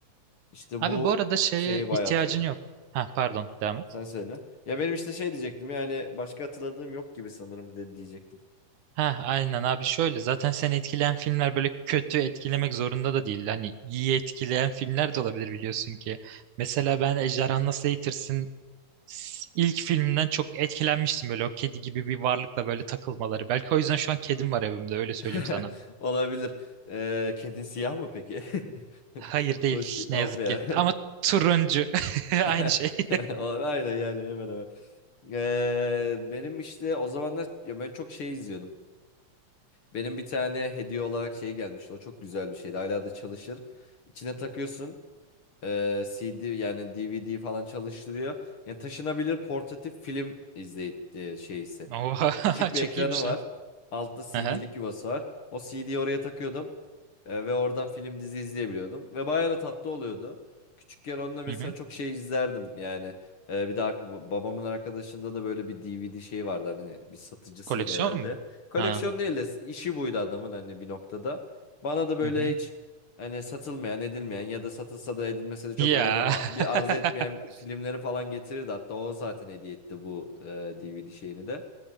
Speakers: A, on the left (about 50°); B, on the right (about 75°).
A: işte
B: Abi
A: bu
B: bu arada şeye
A: şeyi bayağı
B: ihtiyacın
A: hatırlıyorum.
B: yok. Ha pardon devam et.
A: Sen söyle. Ya benim işte şey diyecektim yani başka hatırladığım yok gibi sanırım de diyecektim.
B: Ha aynen abi şöyle zaten seni etkileyen filmler böyle kötü etkilemek zorunda da değil. Hani iyi etkileyen filmler de olabilir biliyorsun ki. Mesela ben Ejderha Nasıl Eğitirsin s- ilk filminden çok etkilenmiştim böyle o kedi gibi bir varlıkla böyle takılmaları. Belki o yüzden şu an kedim var evimde öyle söyleyeyim
A: <laughs>
B: sana.
A: Olabilir. Ee, kedin siyah mı peki? <laughs>
B: Hayır değil
A: O şey,
B: ne
A: of
B: yazık
A: ya.
B: ki ama turuncu <laughs> aynı
A: <laughs>
B: şey.
A: Aynen yani hemen hemen. Ee, benim işte o zamanlar ya ben çok şey izliyordum. Benim bir tane hediye olarak şey gelmişti. O çok güzel bir şeydi. Hala da çalışır. İçine takıyorsun. e, CD yani DVD falan çalıştırıyor. Yani taşınabilir portatif film izley e, şeysi.
B: <laughs> Oha <laughs>
A: Küçük bir
B: çok
A: ekranı
B: iyiymiş
A: var.
B: lan.
A: Altta CD'lik
B: Aha,
A: yuvası var. O CD'yi oraya takıyordum. E, ve oradan film dizi izleyebiliyordum. Ve bayağı da tatlı oluyordu. Küçükken onda mesela
B: Hı hı.
A: çok şey izlerdim yani. E, bir de ark- babamın arkadaşında da böyle bir DVD şeyi vardı hani bir satıcısıydı
B: Koleksiyon
A: herhalde.
B: mu?
A: Koleksiyon
B: Ha.
A: değil de işi buydu adamın hani bir noktada. Bana da böyle
B: Hı hı.
A: hiç hani satılmayan edilmeyen ya da satılsa da edilmese de çok
B: Ya.
A: önemi a-
B: <laughs>
A: bir arz etmeyen filmleri falan getirirdi. Hatta o zaten hediye etti bu e, DVD şeyini de.